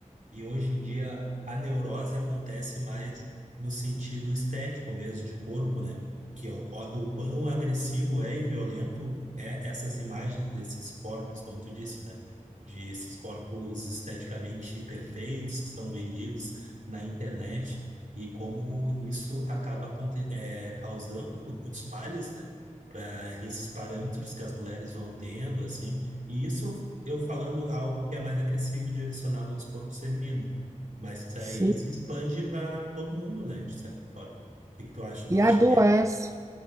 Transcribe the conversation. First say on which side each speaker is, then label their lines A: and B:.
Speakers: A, on the right; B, on the right.
A: E hoje em dia a neurose acontece mais no sentido estético mesmo, de corpo, né? Que o, o quão agressivo é e violento é essas imagens desses corpos, como tu disse, né? De esses corpos esteticamente perfeitos que são vendidos na internet e como isso acaba aconte- é, causando muitos males, né? Para esses parâmetros que as mulheres vão tendo, assim, e isso eu falando algo que é mais agressivo e direcionado aos corpos femininos, né? mas isso
B: Sim.
A: aí se expande para todo mundo, né, de certa forma. O que que tu acha? Não
B: E
A: acha
B: adoece.
A: que é?